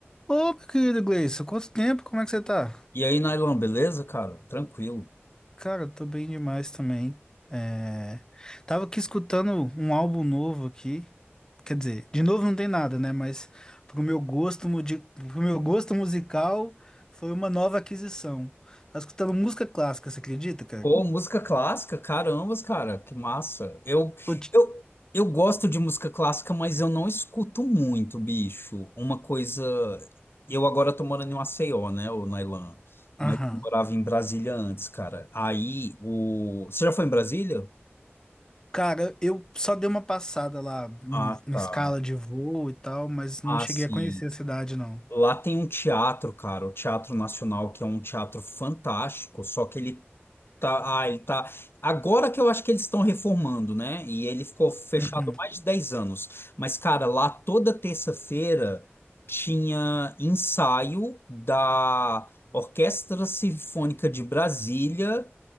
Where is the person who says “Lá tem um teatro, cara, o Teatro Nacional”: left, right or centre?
Left